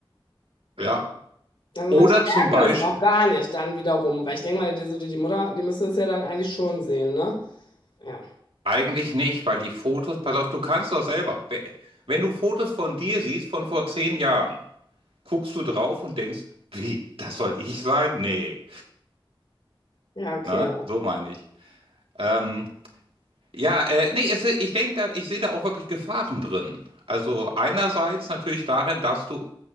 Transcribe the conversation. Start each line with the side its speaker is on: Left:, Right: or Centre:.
Right: Ja,
Left: Also
Right: Oder
Left: manche
Right: zum
Left: merken
Right: Beispiel,
Left: es auch gar nicht dann wiederum, weil ich denke mal, die, so die, die Mutter, die müsste es ja dann eigentlich schon sehen, ne? Ja,
Right: eigentlich nicht, weil die Fotos, pass auf, du kannst doch selber. we- Wenn du Fotos von dir siehst von vor zehn Jahren, guckst du drauf und denkst, wie, das soll ich sein? Nee,
Left: ja, okay.
Right: ne, so meine ich. Ähm, ja, äh, nee, es, ich denke da, ich sehe da auch wirklich Gefahren drin. Also einerseits natürlich darin, dass du